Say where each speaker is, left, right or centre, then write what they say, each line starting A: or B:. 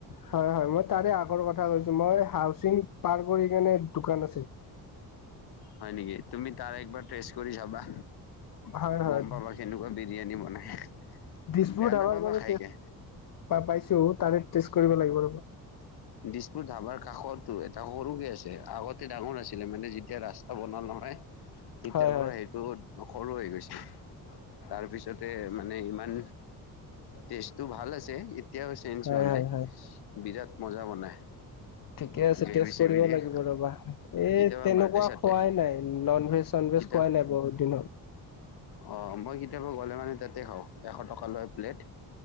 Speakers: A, on the left; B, on the left.
A: হয় হয় মই তাৰে আগৰ কথা কৈছো। মই হাউচিং পাৰ্কৰ স কাৰণে দোকান আছিল।
B: হয় নেকি তুমি তাৰ একবাৰ টেচ কৰি চাবা
A: হয়, হয়,
B: গম পাবা কেনেকোৱা। বিৰিয়ানী বনাই।
A: দিছপুৰ
B: বেয়া
A: ধাবাৰ
B: নাপাবা
A: বাৰু
B: খাইকে
A: পাইছো তাৰে টেষ্ট কৰিব লাগিব। ৰ'ব
B: দিছপুৰ ধাবাৰ কাষৰতটো এটা সৰুকে আছে আগতে ডাঙৰ আছিলে মানে যেতিয়া ৰাস্তা বনালওঁ। হয়। তেতিয়াৰ
A: হয়,
B: পৰা
A: হয়,
B: সেইটো সৰু হৈ গৈছে তাৰ পিছতে মানে ইমান। ষ্টেটো ভাল আছে এতিয়াও চেঞ্জ
A: হয়,
B: হোৱা নাই
A: হয়, হয়,
B: বিৰাট মজা বনাই।
A: ঠিকে আছে
B: গ্ৰেভি
A: টে'ষ্টত
B: চেভি
A: কৰিব
B: দিয়ে
A: লাগিব ৰবা এই
B: কেতিয়াবা
A: তেনেকুৱা
B: বাৰ্থডে চাৰ্থডে
A: খোৱাই নাই নন ভেজ। চন
B: কিতা
A: বেচ খোৱাই নাই বহুত দিনত।
B: অ মই কেতিয়াবা গ'লে মানে তাতে খাওঁ এশ টকা লয় প্লেট।